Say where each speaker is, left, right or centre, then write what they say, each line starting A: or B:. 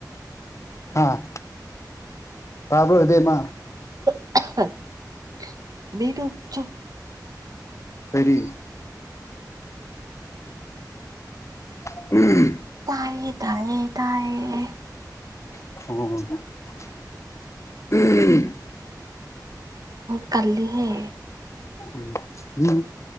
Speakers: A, on the left (about 45°); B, on the right (about 55°).
A: ꯍꯥꯥ ꯇꯕ꯭ꯔꯣ ꯏꯕꯦꯝꯃ
B: <unintelligible>
A: ꯀꯔꯤ <unintelligible>
B: ꯇꯥꯏꯌꯦ ꯇꯥꯏꯌꯦ ꯇꯥꯏꯌꯦ
A: <unintelligible>
B: <inaudible> ꯀꯜꯂꯤꯍꯦ
A: ꯎꯝ ꯎꯝ